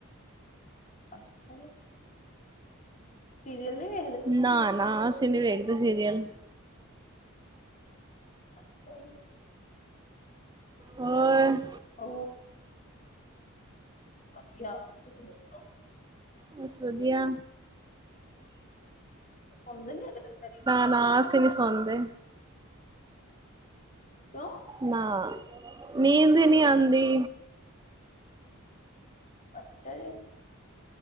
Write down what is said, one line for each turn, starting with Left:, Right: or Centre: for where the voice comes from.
Left: ਅੱਛਾ ਜੀ। ਸੀਰੀਅਲ ਨੀ ਵ
Right: ਨਾ-ਨਾ ਅਸੀਂ ਨੀ ਵੇਖਦੇ ਸੀਰੀਅਲ।
Left: ਅੱਛਾ ਜੀ।
Right: ਹੋਰ
Left: <unintelligible> ਵਧੀਆ ਤੁਸੀ ਦੱਸੋ
Right: ਬਸ ਵਧੀਆ
Left: ਸੋਨਦੇ ਨੀ ਹੈਗੇ ਦੋਪੈਰੀ
Right: ਨਾ ਅਸੀ ਨੀ ਸੌੰਦੇ
Left: ਕਿਉਂ?
Right: ਨਾ, ਨੀਂਦ ਈ ਨੀ ਆਂਦੀ।
Left: ਅੱਛਾ ਜੀ।